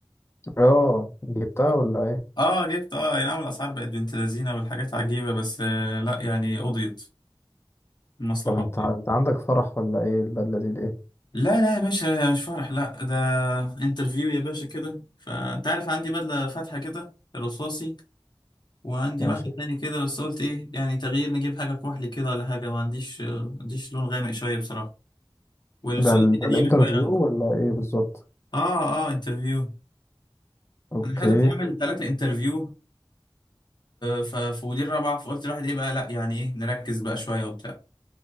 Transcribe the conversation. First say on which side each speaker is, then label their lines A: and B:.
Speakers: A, on the left (about 30°); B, on the left (about 55°).
A: اه جبتها
B: اه
A: ولا ايه
B: آه، جبت اه اي نعم الاسعار بقت بنت لذينة والحاجات عجيبة بس آه، لا يعني قضيت المصلحة
A: طب انت
B: قضيت
A: ع- انت عندك فرح ولا ايه البدله دي ليه
B: لا لا يا باشا مش فرح لا ده انترفيو يا باشا كده فانت عارف عندي بدلة فاتحة كده رصاصي وعندي
A: ماشي
B: واحد تاني كده بس قلت ايه يعني تغيير نجيب حاجة كحلي كده ولا حاجة ما عنديش ما عنديش لون غامق شوية بصراحة والسود
A: ده ال...
B: دي
A: ده
B: قديمة
A: الانترفيو
B: شوية عندي
A: ولا ايه بالظبط
B: اه اه انترفيو
A: اوكي
B: انا حاطط اعمل ثلاثة انترفيو ففي ودي الرابعة فقلت الواحد ايه بقى لا يعني ايه نركز بقى شوية وبتاع